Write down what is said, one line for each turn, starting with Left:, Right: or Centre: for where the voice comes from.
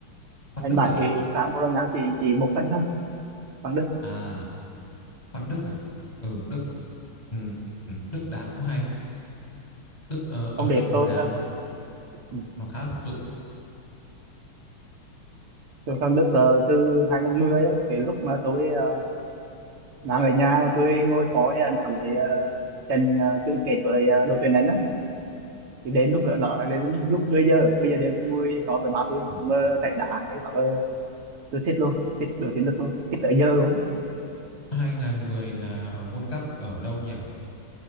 Left: Fan
Right: anh
Left: Đức
Right: bảy
Left: à?
Right: phán Bologna chỉ chỉ một phần thôi thằng Đức
Left: À, fan Đức à? Ừ, Đức ừ, ừ, Đức đá cũng hay. Đức ờ, ở
Right: không biết
Left: Đức nối
Right: tôi
Left: đá nó
Right: ừ.
Left: nó khá là thực dụng.
Right: tôi sang Đức là từ 2010 á, cái lúc mà tôi ờ, đang ở nhà tôi ngồi coi ờ, đá với uh, Trần uh, tôi kể với ờ, đội tuyển anh á thì đến lúc đó, đó là đến lúc 10 giờ bây giờ đêm tôi ngồi coi với ba tôi
Left: Ừ.
Right: xong rồi thấy đá cái bảo ờ, tôi thích luôn thích đội tuyển Đức luôn thích tới giờ luôn
Left: 2010 là World Cup ở đâu nhỉ?